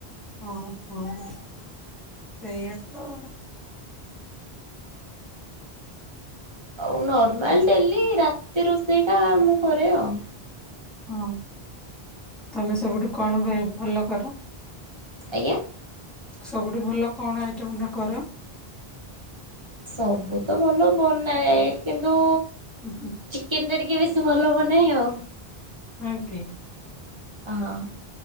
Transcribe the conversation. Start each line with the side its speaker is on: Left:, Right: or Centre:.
Centre: ଓ ହୋଁ ସେଇଆ ତ।
Right: ଆଉ ନର୍ମାଲ
Centre: ହଁ
Right: ଡେଲି ରାତି ରୋଷେଇ ଟା ମୁଁ କରେ ଆଉ।
Centre: ହଁ ତମେ ସବୁଠୁ କଣ <unintelligible> ଭଲ କର।
Right: ଆଜ୍ଞା।
Centre: ସବୁଠୁ ଭଲ କଣ ଆଇଟମ ଟା କର।
Right: ସବୁତ ଭଲ ବନାଏ କିନ୍ତୁ
Centre: ହୁଁ ହୁଁ।
Right: ଚିକେନ ଟା ଟିକେ ବେଶି ଭଲ ବନାଏ ଆଉ।
Centre: ହଁ କି?
Right: ହଁ।